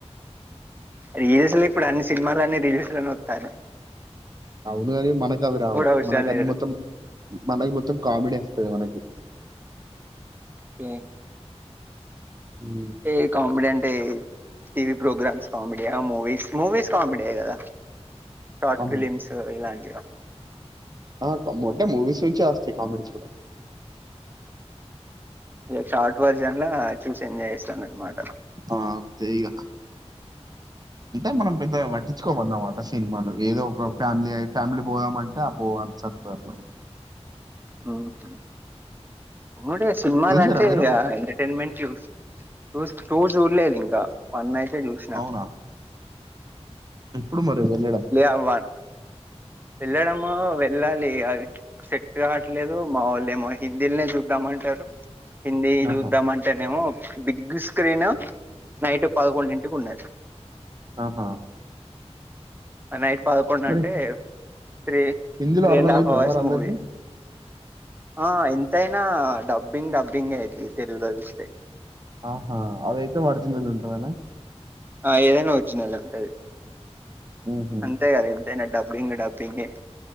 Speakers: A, on the right; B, on the right.
A: రీల్స్ లో ఇప్పుడు అన్ని సినిమలనే రీల్స్ లోనే వతనయ్
B: అవును కానీ మనకు అవి రావు
A: అవసరం
B: మనక అద
A: లేదు
B: మొత్తం మన లైఫ్ మొత్తం కామెడీ వేస్తది మనకి
A: క్యా
B: ఉమ్,
A: ఏ కమెడి అంటే టీవీ ప్రోగ్రామ్స్ కామెడియా ఆ మూవీస్ మూవీస్ కామెడే కదా షార్ట్
B: ఆ
A: ఫిలిమ్స్ ఇలాంటిగా
B: ఆ కమోటే మూవీస్ నుంచి వస్తాయ్ కమెడిస్ కూడా
A: నే షార్ట్ వెర్సన్ లో చూసి ఎంజాయ్ చేస్తాననమాట
B: ఆ తీగా అంటే మనమ్ పెద్దగా పట్టించుకోమన్నమాట సినిమాలు ఏదో ఒక ఫ్యామిలీ ఫ్యామిలీ పోదమంటే ఆ పోవసల్ వస్తదానమాట
A: నో కేనా ఉడే సినిమాాల
B: చూసిర్రా
A: అంటే
B: మీరు?
A: ఆ ఎంటర్టైన్మెంట్ వు టూస్ టూ చూడలేదు ఇంకా వన్ అయ్ టే చూసినా
B: అవునా! ఎప్పుడు మరి వెళ్ళడం
A: ఆ వన్ వెళ్ళడము వెళ్ళాలి అది సెట్ కావట్లేదు మావొలేమో హిందిల్నే చూద్దామంటారు. హిందీ
B: ఆహా!
A: చూద్దాంమంటేనేమో బిగ్ స్క్రీన్ నైట్ పదకొండుంటికి ఉన్నాద్
B: ఆహా!
A: అ నై పదకొండు
B: మరి
A: అంటే త్రీ
B: హిందీలో
A: త్రీ
B: అర్థమైతదా
A: అండ్ హాఫ్ అవర్స్
B: మరందరికి?
A: మూవీ ఆ ఎంతైనా డబ్బింగ్ డబ్బింగే ఇది తెలుగులో చూస్తే
B: ఆహా అవియితే ఒరిజినల్ ఉంటుందనా
A: ఆ యేను ఒరిజినల్ ఉంటది
B: హుహు.
A: అంతే కదా ఇంతేనా డబ్ ఇప్పుడు ఇంగా డబ్బింగ్ యే